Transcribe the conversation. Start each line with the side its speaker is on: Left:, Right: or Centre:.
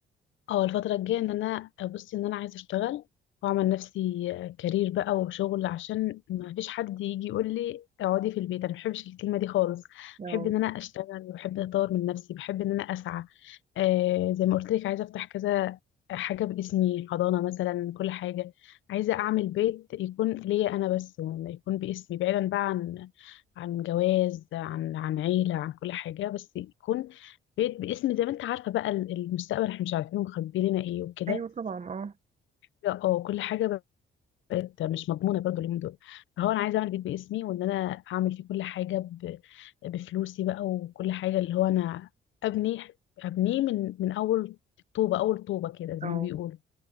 Left: اه الفترة الجاية ان انا ابص ان انا عايزة اشتغل واعمل نفسي كارير بقى وشغل عشان ما فيش حد يجي يقول لي اقعدي في البيت انا ما بحبش الكلمة دي خالص
Right: اه
Left: بحب ان انا اشتغل وبحب اطور من نفسي بحب ان انا اسعى آه زي ما قلت لك عايزة افتح كذا حاجة باسمي حضانة مثلا كل حاجة عايزة اعمل بيت يكون ليا انا بس ولا يكون باسمي بعيدا بقى عن عن جواز عن عن عيلة عن كل حاجة بس يكون بيت باسم زي ما انت عارفه بقى ال- المستقبل احنا مش عارفين مخبي لنا ايه وكده
Right: ايوه طبعا اه
Left: لا اه كل حاجه بقت مش مضمونه برضو اليومين دول فهو انا عايزه اعمل بيت باسمي وان انا اعمل فيه كل حاجه ب... بفلوسي بقى وكل حاجه اللي هو انا ابني ابنيه من من اول طوبه اول طوبه كده زي
Right: اه
Left: ما بيقولوا